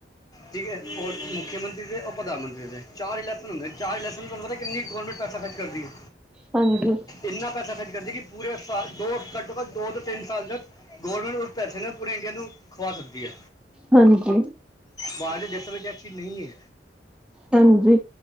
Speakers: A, on the left; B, in the centre.
A: ਠੀਕ ਏ, ਔਰ ਮੁੱਖਯ ਮੰਤਰੀ ਦੇ ਔਰ ਪ੍ਰਧਾਨ ਮੰਤਰੀ ਦੇ ਚਾਰ ਇਲੈਕਸ਼ਨ ਹੁੰਦੇਣ। ਚਾਰ ਇਲੈਸ਼ਨ ਤੁਹਾਨੂੰ ਪਤੈ, ਕਿੰਨੀ ਗੌਰਮੇਟ ਪੈਸਾ ਖਰਚ ਕਰਦੀ ਏ।
B: ਹਾਂਜੀ।
A: ਇੰਨਾ ਪੈਸਾ ਖਰਚ ਕਰਦੀ ਏ ਕਿ ਪੂਰੇ ਸਾਲ ਦੋ ਘੱਟੋ-ਘੱਟ ਦੋ ਤੋ ਤੇਨ ਸਾਲ ਤੱਕ ਗੌਰਮੇਂਟ ਉਸ ਪੈਸੇ ਨੂੰ ਪੂਰੇ ਇੰਡੀਆ ਨੂੰ ਖਵਾ ਸਕਦੀ ਐ।
B: ਹਾਂਜੀ।
A: ਬਾਰ ਦੀ ਦੇਸ਼ਾ ਵਿਚ ਐਸਾ ਨਹੀਂ ਏ।
B: ਹਾਂਜੀ,